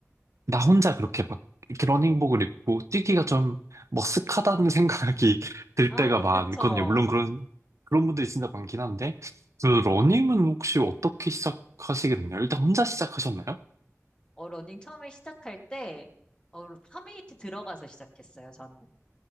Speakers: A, on the right; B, on the left.
A: 나 혼자 그렇게 막 러닝복을 입고 뛰기가 좀 머쓱하다는 생각이 <laughs> 들
B: 아,
A: 때가 많거든요.
B: 그쵸.
A: 물론 그런, 그런 분들이 진짜 많긴 한데, 그 러닝은 혹시 어떻게 시작하시겠나요? 일단 혼자 시작하셨나요?
B: 어, 러닝 처음에 시작할 때, 어, 커뮤니티 들어가서 시작했어요, 저는.